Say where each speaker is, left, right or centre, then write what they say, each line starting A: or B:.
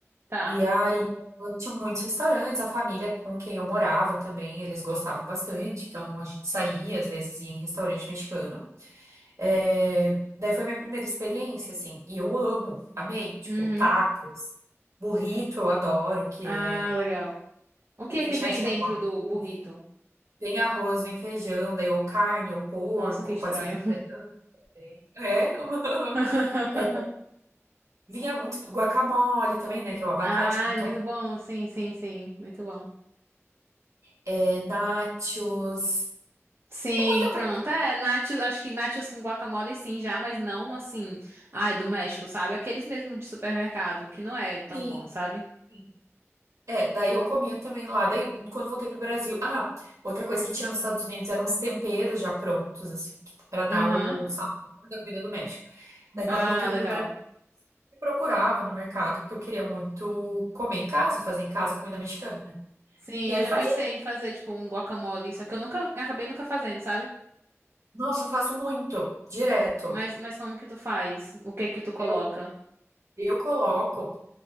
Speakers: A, on the right; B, on the right.
A: tá.
B: E aí, eu tinha muitos restaurantes, a família com quem eu morava também, eles gostavam bastante, então a gente saía, às vezes ia em restaurante mexicano. É, Daí foi minha primeira experiência, assim, e eu amo, amei, tipo,
A: Uhum.
B: tacos, burrito eu adoro, que
A: Ah,
B: é
A: legal. O
B: aquele
A: que é
B: fechadinho
A: que vem dentro
B: com arroz,
A: do burrito?
B: vem arroz, vem feijão, daí ou carne, ou porco,
A: Nossa, que estranho.
B: pode ser vegetariano também. É,
A: <laughs>
B: <laughs> é, vinha muito guacamole também, né, que é o abacate
A: Ai,
B: com tomate.
A: muito bom. Sim, sim, sim. Muito bom.
B: é, nachos,
A: Sim,
B: é muita
A: pronto.
B: coisa.
A: É, nachos, acho que nachos com guacamole sim já, mas não assim, ai, do México, sabe? Aqueles mesmo de supermercado, que não é tão
B: Sim,
A: bom, sabe?
B: sim. É, daí eu comia também lá. Daí, quando voltei pro Brasil. Ah, outra coisa que tinha nos Estados Unidos eram os temperos já prontos, assim, que- pra dar
A: Aham.
B: o sabor da comida do México. Daí,
A: Ah,
B: quando eu voltei
A: legal.
B: pro Brasil, eu procurava no mercado, porque eu queria muito comer em casa, fazer em casa comida mexicana, né?
A: Sim,
B: E
A: eu
B: aí
A: já
B: eu fazia.
A: pensei em fazer tipo um guacamole, só que eu nunca acabei nunca fazendo, sabe?
B: Nossa, eu faço muito, direto.
A: Mas mas como que tu faz? O que é que tu coloca?
B: Eu, eu coloco.